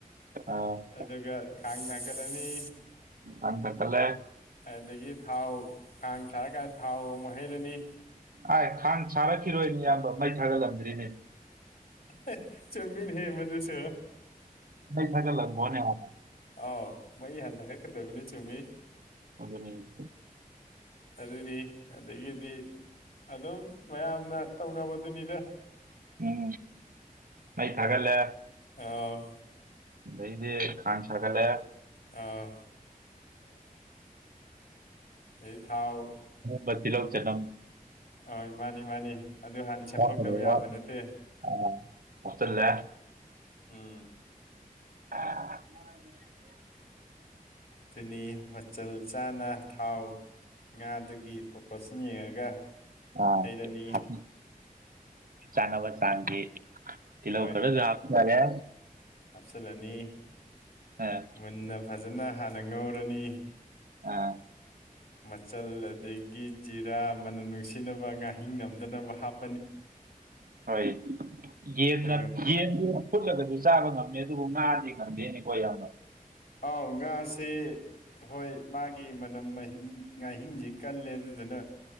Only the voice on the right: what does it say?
ꯑꯥ
ꯈꯥꯡ ꯊꯥꯡꯀꯠꯂꯦ
ꯑꯥꯏ ꯈꯥꯡ ꯁꯥꯥꯔꯛꯈꯤꯔꯣꯏꯅꯦ ꯏꯌꯥꯝꯕ ꯃꯩ ꯊꯥꯒꯠꯂꯝꯗ꯭ꯔꯤꯅꯦ
ꯃꯩ ꯊꯥꯒꯠꯂꯝꯒꯣꯅꯦ ꯍꯥꯟꯅ
ꯑꯗꯨꯅꯤꯅꯦ
ꯎꯝ ꯃꯩ ꯊꯥꯒꯠꯂꯦ
ꯑꯗꯩꯗꯤ ꯈꯥꯡ ꯁꯥꯒꯠꯂꯦ
<inaudible> ꯇꯤꯜꯂꯧ ꯆꯥꯅꯝ
ꯍꯥꯞꯀꯗꯕ
ꯑꯥ ꯍꯥꯞꯆꯜꯂꯦ
<inaudible>
ꯑꯥ
ꯍꯞꯄꯤ ꯆꯥꯅꯕꯥ ꯆꯥꯡ ꯒꯤ ꯇꯤꯜꯍꯧ
ꯀꯔꯣꯜꯍꯞ ꯌꯥꯒꯦ
ꯑꯥ
ꯑꯥ
ꯍꯣꯏ ꯌꯦꯟꯅꯞ
ꯌꯦꯟ ꯗꯨ ꯐꯨꯠꯂꯒꯗꯤ ꯆꯥꯕ ꯉꯝꯃꯦ ꯑꯗꯨꯕꯨ ꯉꯥꯗꯤ ꯉꯝꯗꯦꯅꯦꯀꯣ ꯏꯌꯥꯝꯕ